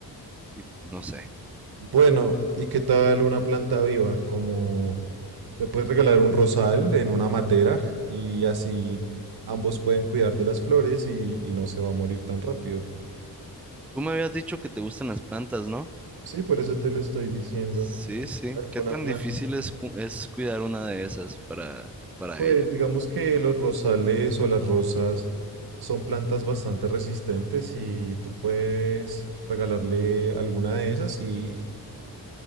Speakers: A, in the centre; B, on the right.
A: y no sé.
B: Bueno, ¿y qué tal una planta viva? Como le puedes regalar un rosal en una matera y así ambos pueden cuidar de las flores y, y no se va a morir tan rápido.
A: Tú me habías dicho que te gustan las plantas, ¿no?
B: Sí, por eso te lo estoy diciendo.
A: Sí, sí.
B: Alguna
A: ¿Qué tan
B: planta
A: difícil es, cu- es cuidar una de esas para, para
B: Pues
A: ella?
B: digamos que los rosales o las rosas son plantas bastante resistentes y tú puedes regalarle alguna de esas y,